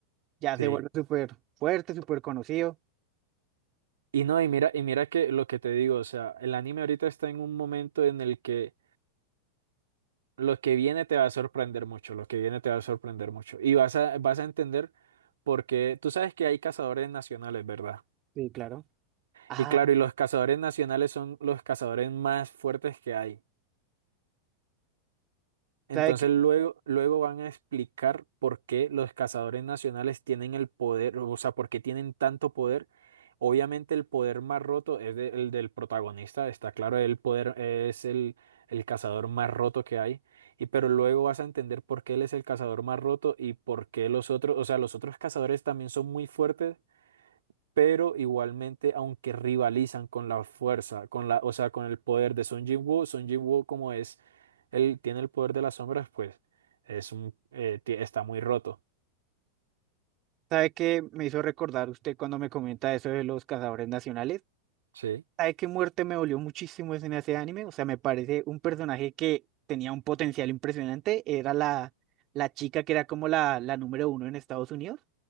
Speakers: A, on the right (about 35°); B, on the right (about 65°).
A: ya
B: Sí.
A: se vuelve súper fuerte, súper conocido.
B: Y no, y mira, y mira que lo que te digo, o sea, el anime ahorita está en un momento en el que Lo que viene te va a sorprender mucho, lo que viene te va a sorprender mucho. Y vas a, vas a entender porque tú sabes que hay cazadores nacionales, ¿verdad?
A: Sí, claro. Ah,
B: Y claro, y los cazadores nacionales son los cazadores más fuertes que hay. Entonces
A: ¿sabe qué,
B: luego, luego van a explicar por qué los cazadores nacionales tienen el poder, o sea, por qué tienen tanto poder. Obviamente el poder más roto es de- el del protagonista, está claro, el poder es el, el cazador más roto que hay, y pero luego vas a entender por qué él es el cazador más roto y por qué los otros, o sea, los otros cazadores también son muy fuertes, pero igualmente, aunque rivalizan con la fuerza, con la, o sea, con el poder de Woo Jinwoo, Son Woo como es, él tiene el poder de las sombras, pues es un, eh, ti- está muy roto,
A: sabe qué me hizo recordar usted cuando me comenta eso de los cazadores nacionales?
B: ¿sí?
A: ¿Sabe qué muerte me dolió muchísimo en ese anime? O sea, me parece un personaje que tenía un potencial impresionante. Era la, la chica que era como la, la número uno en Estados Unidos.